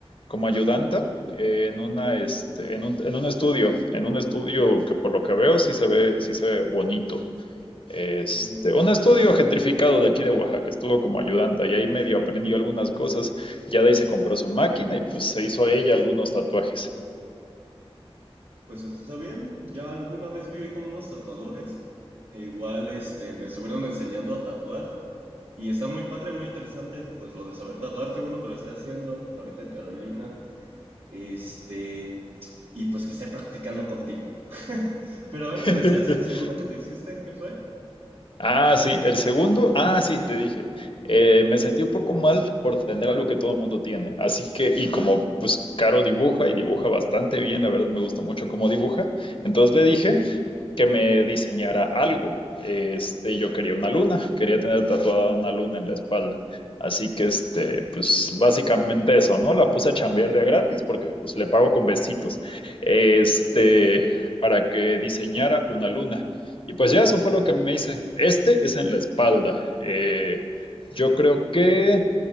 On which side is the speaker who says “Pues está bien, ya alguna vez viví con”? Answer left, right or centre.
Right